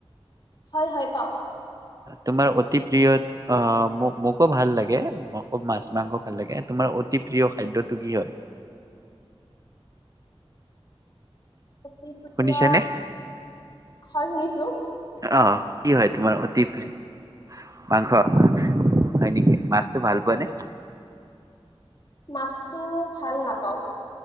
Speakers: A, on the left; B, on the right.
A: হয় হয় পাও
B: তোমাৰ অতি প্ৰিয় অ মোক মোকো ভাল লাগে মোক মাছ মাংস ভাল লাগে তোমাৰ অতি প্ৰিয় খাদ্যটো কি হয় <unintelligible>
A: অতি প্ৰিয়
B: শুনিছানে
A: হয় শুনিছোঁ।
B: আহ কি হয় তোমাৰ অতি প্ৰিয় মাংস? হয় নেকি মাছটো ভাল পোৱা নে?
A: মাছটো ভাল নাপাওঁ।